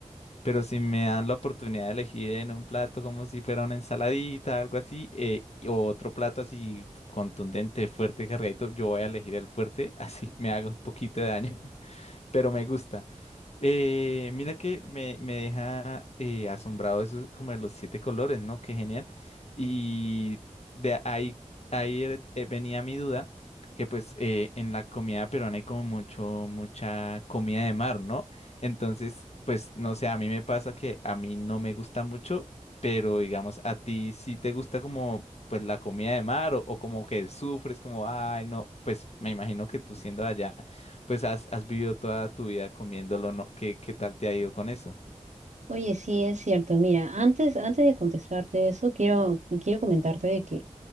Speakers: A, on the left (about 55°); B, on the right (about 65°).
A: pero si me dan la oportunidad de elegir en un plato como si fuera una ensaladita, algo así, eh, y- o otro plato así contundente, fuerte, cargadito, yo voy a elegir el fuerte, <laughs> así me haga un poquito de daño, <laughs> pero me gusta. Eh, mira que me, me deja eh, asombrado eso como de los siete colores, ¿no? Qué genial. Y de ahí, ahí er- eh, venía mi duda, que pues eh, en la comida peruana hay como mucho, mucha comida de mar, ¿no? Entonces, pues no sé, a mí me pasa que a mí no me gusta mucho, pero digamos, a ti sí te gusta como pues la comida de mar o, o como que sufres como, ay, no, pues me imagino que tú siendo de allá pues has, has vivido toda tu vida comiéndolo, ¿no? ¿Qué, qué tal te ha ido con eso?
B: Oye, sí, es cierto. Mira, antes, antes de contestarte eso, quiero, quiero comentarte de que